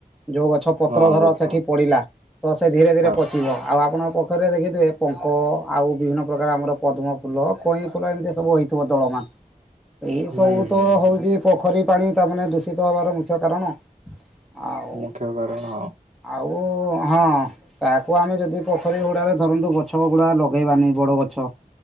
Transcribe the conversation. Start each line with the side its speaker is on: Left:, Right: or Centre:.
Centre: ଯୋଉ ଗଛ ପତ୍ର
Right: ହଁ
Centre: ଧର
Right: ଗଛ
Centre: ସେଠି ପଡିଲା ତ ସେ ଧୀରେ ଧୀରେ
Right: ହଁ
Centre: ପ ଥିବ ଆଉ ଆପଣଙ୍କ ପୋଖରୀରେ ଦେଖିଥିବେ ପଙ୍କ ଆଉ ବିଭିନ୍ନ ପ୍ରକାର ଆମର ପଦ୍ମ ଫୁଲ କଇଁ ଫୁଲ ଏମିତି ସବୁ ହେଇ ଥିବ ଦଳମାନ। ଏଇ
Right: ହୁଁ
Centre: ସବୁ ତ
Right: ହୁଁ
Centre: ହଉଛି
Right: ହୁଁ
Centre: ପୋଖରୀ ପାଣି ତାମାନେ ଦୂଷିତ ହବାର ମୁଖ୍ୟ କାରଣ। ଆଉ-ଆଉ
Right: ମୁଖ୍ୟ କାରଣ ହଁ
Centre: ହଁ। ତାହାକୁ ଆମେ ଯଦି ପୋଖରୀ ହୁଡାରେ ଧରନ୍ତୁ ଗଛ ଗୁଡା ଲଗେଇବାନି ବଡ ଗଛ।